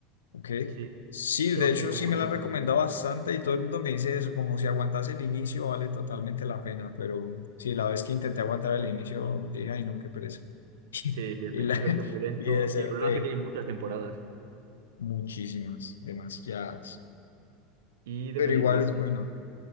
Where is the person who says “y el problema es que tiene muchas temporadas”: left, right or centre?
Right